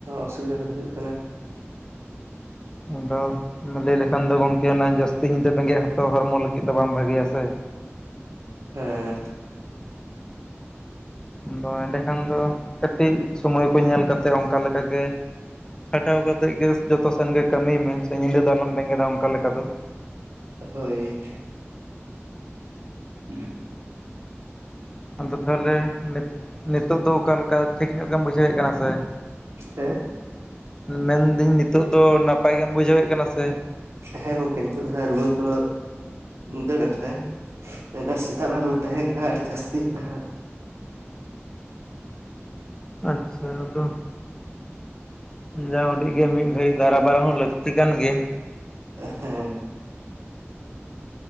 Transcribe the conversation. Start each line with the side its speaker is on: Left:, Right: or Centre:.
Right: ᱚᱥᱩᱵᱤᱫᱟ ᱠᱚᱫᱚ ᱦᱩᱭᱩᱜ ᱠᱟᱱᱟ᱾
Left: ᱟᱫᱚ ᱞᱟᱹᱭ ᱞᱮᱠᱷᱟᱱ ᱫᱚ ᱜᱚᱢᱠᱮ ᱚᱱᱟ ᱡᱟᱹᱥᱛᱤ ᱧᱤᱫᱟᱹ ᱵᱮᱸᱜᱮᱫᱛᱚ ᱦᱚᱲᱢᱚ ᱞᱟᱹᱜᱤᱫ ᱫᱚ ᱵᱟᱝ ᱵᱷᱟᱜᱮᱭᱟ ᱥᱮ᱾
Right: ᱦᱮᱸ᱾
Left: ᱫᱚ ᱮᱸᱰᱮᱠᱷᱟᱱ ᱫᱚ ᱠᱟᱹᱴᱤᱡ ᱥᱚᱢᱚᱭ ᱠᱚ ᱧᱮᱞ ᱠᱟᱛᱮ ᱚᱱᱠᱟᱠᱟ ᱜᱮ ᱠᱷᱟᱴᱟᱣ ᱠᱟᱛᱮᱫ ᱜᱮ ᱡᱚᱛᱚ ᱥᱮᱱ ᱜᱮ ᱠᱟᱹᱢᱤᱭ ᱢᱮ ᱥᱮ ᱧᱤᱫᱟᱹ ᱫᱚ ᱟᱞᱚᱢ ᱵᱮᱸᱜᱮᱫᱟ ᱚᱱᱠᱟ ᱞᱮᱠᱟ ᱫᱚ᱾
Right: ᱦᱳᱭ᱾ <inaudible>
Left: ᱟᱫᱚ ᱛᱟᱦᱚᱞᱮ ᱱᱤᱛᱚᱜ ᱫᱚ ᱚᱠᱟᱞᱮᱠᱟ ᱴᱷᱤᱠ ᱧᱚᱜ ᱜᱮᱢ ᱵᱩᱡᱷᱟᱹᱣᱮᱫ ᱠᱟᱱᱟ ᱥᱮ?
Right: ᱦᱮᱸ?
Left: ᱢᱮᱱᱫᱟᱹᱧ ᱱᱤᱛᱚᱜ ᱫᱚ ᱱᱟᱯᱟᱭ ᱜᱮᱢ ᱵᱩᱡᱷᱟᱹᱣᱮᱫ ᱠᱟᱱᱟ ᱥᱮ?
Right: ᱦᱮᱸ ᱜᱚᱝᱠᱮ ᱱᱤᱛᱚᱜ ᱫᱚ ᱦᱟᱸᱜ ᱨᱩᱣᱟᱹ ᱠᱚ ᱫᱟᱹᱲ ᱟᱠᱟᱭ᱾ ᱮᱱᱟᱱ ᱥᱮᱛᱟᱜ ᱵᱮᱲᱟ ᱨᱩᱣᱟ ᱛᱟᱦᱮᱸ ᱠᱟᱱᱟ ᱟᱹᱰᱤ ᱡᱟᱹᱥᱛᱤ ᱱᱟᱦᱟᱸᱜ᱾
Left: ᱟᱪᱪᱷᱟ ᱟᱫᱚ ᱡᱟ ᱩᱰᱤᱡ ᱜᱮ ᱢᱤᱫ ᱜᱷᱟᱹᱲᱤᱡ ᱫᱟᱨᱟ ᱵᱟᱨᱟ ᱦᱚᱸ ᱞᱟᱹᱠᱛᱤ ᱠᱟᱱ ᱜᱮᱭᱟ᱾
Right: ᱦᱮᱸ᱾